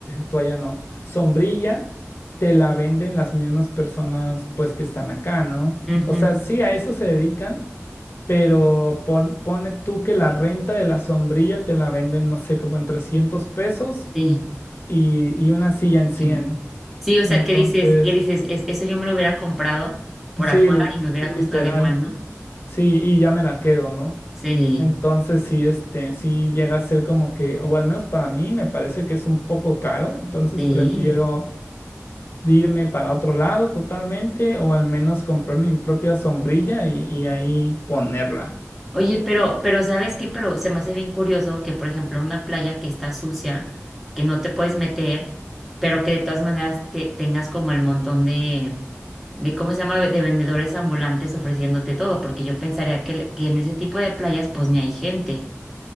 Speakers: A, on the left (about 50°); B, in the centre.
A: toalla no, sombrilla, te la venden las mismas personas pues que están acá, ¿no?
B: Ujú,
A: O sea, sí, a eso se dedican, pero pon- ponle tú que la renta de la sombrilla te la venden, no sé, como en 300 pesos
B: Sí.
A: y, y una silla en cien
B: Ay, no. Sí, o sea,
A: Entonces,
B: ¿qué dices? ¿Qué dices? Es- eso yo me lo hubiera comprado por
A: sí,
B: afuera
A: lit-
B: y me hubiera
A: literal.
B: costado igual, ¿no?
A: Sí, y ya me la quedo, ¿no?
B: Sí,
A: Entonces sí, este, sí llega a ser como que, o al menos para mí me parece que es un poco caro, entonces
B: sí.
A: prefiero de irme para otro lado totalmente, o al menos comprar mi propia sombrilla y, y ahí ponerla.
B: Oye, pero, pero ¿sabes qué? Pero se me hace bien curioso que, por ejemplo, una playa que está sucia, que no te puedes meter, pero que de todas maneras te, tengas como el montón de, de, ¿cómo se llama? De vendedores ambulantes ofreciéndote todo, porque yo pensaría que, que en ese tipo de playas pues ni hay gente,